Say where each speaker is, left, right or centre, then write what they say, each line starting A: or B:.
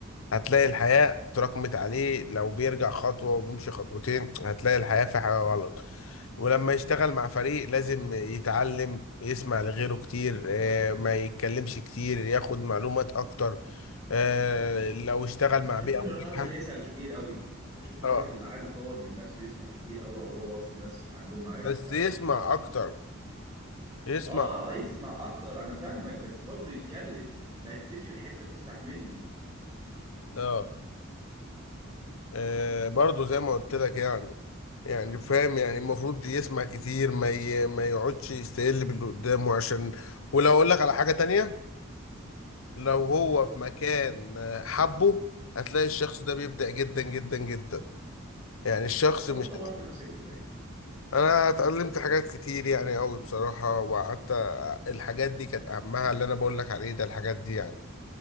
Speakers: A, on the left; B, on the right.
A: هتلاقي الحياة تراكمت عليه لو بيرجع خطوة وبيمشي خطوتين هتلاقي الحياة في حاجة غلط ولما يشتغل مع فريق لازم يتعلم يسمع لغيره كتير آه، ما يتكلمش كتير ياخد معلومات اكتر آه، لو اشتغل مع
B: بشوف
A: بيئة
B: انه
A: مريحة
B: لازم يسال كتير قوي بشوف الواحد
A: اه
B: اللي عايز يطور من نفسه يسال كتير قوي لو هو اصلا ناس عندهم معرفه
A: بس
B: فعلا
A: يسمع اكتر يسمع
B: اه يسمع اكتر انا فاهمك بس برضه يتكلم ما تسيبش الحتة تسرح منه
A: اه آه، برضه زي ما قلت لك يعني يعني فاهم يعني المفروض يسمع كتير ما ي... ما يقعدش يستقل باللي قدامه عشان ولو اقول لك على حاجة تانية لو هو في مكان آه، حبه هتلاقي الشخص ده بيبدع جدا جدا جدا يعني الشخص
B: وانت
A: مش
B: طورت نفسك ازاي
A: انا اتعلمت حاجات كتير يعني قوي بصراحة وقعدت أ- الحاجات دي كانت اهمها اللي انا بقول لك عليه ده الحاجات دي يعني